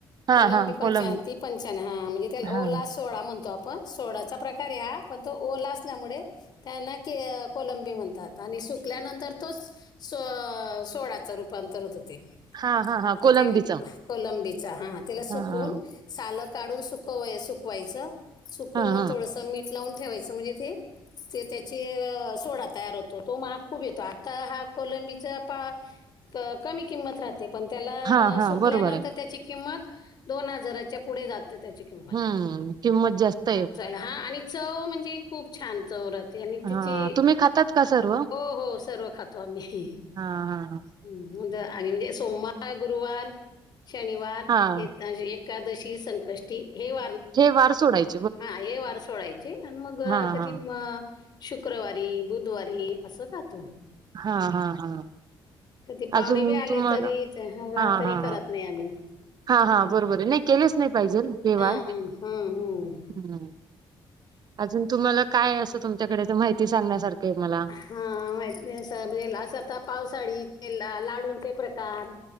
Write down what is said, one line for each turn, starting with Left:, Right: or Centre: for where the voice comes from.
Right: हा
Left: कोलंबी
Right: हा
Left: पंचातीी
Right: कोलम
Left: पंचात हा म्हणजे त्याला
Right: हा
Left: ओला सोळा म्हणतो आपण सोडाचा प्रकार हा पण तो ओला असल्यामुळे त्यांना के कोलंबी म्हणतात आणि सुकल्यानंतर तोच स सोळााचं रूपांतर होत ते
Right: हा हा हा
Left: मग
Right: कोलंबीच
Left: ते
Right: हा
Left: कोलंबीचा हा त्याला सुकून
Right: हा
Left: सालं काढून सुक सुकवायचं सुकून
Right: हा
Left: मग थोडसं मीठ लावून ठेवायचं म्हणजे <unintelligible> ते त्याची सोडा तयार होतो तो महा खूप येतो आता हा कोलंबीचा पा कमी किंमत राहते. पण त्याला
Right: हा हा
Left: सुकल्यानंतर
Right: बरोबर आहे.
Left: त्याची किंमत दोन हजाराच्या पुढे जात त्याची किंमत
Right: हम किमत जास्त आहेत.
Left: चल हां आणि चव म्हणजे खूप छान चवरथ. आणि
Right: हा
Left: तिची
Right: तुम्ही खातात का सर्व?
Left: हो हो सर्व खातो आम्ही
Right: हा हा
Left: म्हणजे सोमवार गुरुवार शनिवार
Right: हा
Left: हे एक. एकादशी संकष्टी हे व
Right: हे वार सोडायचं.
Left: हा हे वार सोडायचे आणि मग
Right: हा
Left: कधी
Right: हा
Left: म शुक्रवारी बुधवारी असं खातो.
Right: हा हा. हा
Left: कधी पाहुणे
Right: अजून
Left: बी आले
Right: तुम्हाला
Left: तरीच ह
Right: हा
Left: तरी
Right: हा हा
Left: करत नाही आम्ही
Right: हा हा बरोबर आहे नाही केलेच नाही पाहिजे व्यवहार
Left: हं हं हं हं.
Right: ह्. अजून तुम्हाला काय असं तुमच्याकडे तर माहिती सांगण्यासारखं मला
Left: हा माहती नाही म्हणजे असं आता पावसाळी लाडूंचे प्रकार